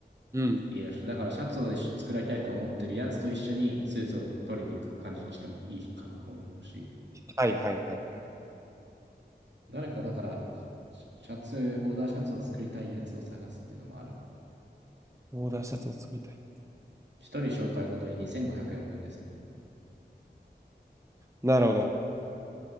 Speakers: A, on the right; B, on the right.
A: うん。
B: いいらしい。だからシャツを一緒作られたいと思ってるやつと一緒にスーツを取りに行く感じにしてもいいかなと思うし、
A: はいはいはいはい。
B: 誰かだからシャツ、オーダーシャツを作りたいやつを探すっていうのもあるな。
A: オーダーシャツを作りたい。
B: 一人紹介ごとに2500円分ですね。
A: なるほど。